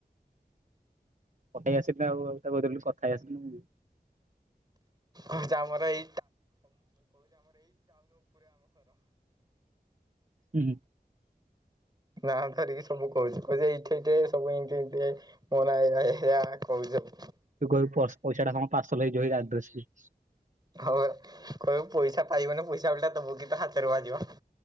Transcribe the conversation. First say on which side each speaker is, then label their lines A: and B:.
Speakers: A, on the right; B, on the right.
A: ପଳେଇ ଆସିଲା ଆଉ ଆଉ ତାକୁ କହିଦେଲି କଥା ହେଇ ଆସିଲି ମୁ
B: ଉ ଯାଉ
A: ହୁ ହୁଁ।
B: ନା ଧରିକି ସବୁ କହୁଚି କଉଚି ଏଇଠେ ଏଇଠେ ସବୁ ଏମତି ଏମତି ମୋନା ଏଇଆ ଏଇଆ। କହୁଛି ସବୁ।
A: ତୁ କଇବୁ ପ୍ରସ ପଇସା ଟା କଣ ପାର୍ସଲ ହେଇଯିବକି ଆଡ୍ରେସରେ
B: ହଉ କହିବୁ ପଇସା ପାଇବନି ପଇସା ଓଲଟା ଦବୁ କି ତ ହାତରୁ ବାଜିବ।